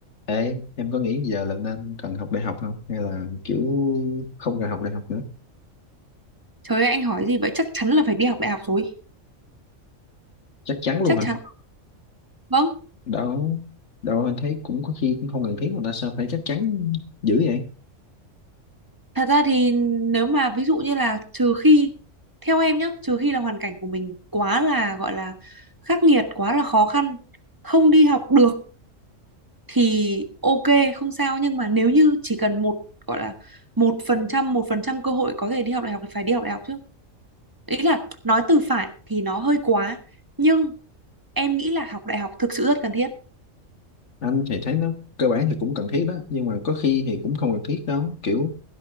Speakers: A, on the left; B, on the right.
A: Ê, em có nghĩ giờ là nên cần học đại học không? Hay là kiểu không cần học đại học nữa?
B: Trời ơi anh hỏi gì vậy chắc chắn là phải đi học đại học rồi
A: Chắc chắn luôn
B: chắc
A: hả?
B: chắn vâng
A: Đâu, đâu anh thấy cũng có khi cũng không cần thiết mà ta sao phải chắc chắn dữ vậy?
B: thật ra thì nếu mà ví dụ như là trừ khi theo em nhá trừ khi là hoàn cảnh của mình quá là gọi là khắc nghiệt quá là khó khăn không đi học được thì ok không sao nhưng mà nếu như chỉ cần một gọi là một phần trăm một phần trăm cơ hội có thể đi học đại học thì phải đi học đại học chứ ý là nói từ phải thì nó hơi quá nhưng em nghĩ là học đại học thực sự rất cần thiết
A: Anh thì thấy nó cơ bản thì cũng cần thiết đó, nhưng mà có khi thì cũng không cần thiết đó. Kiểu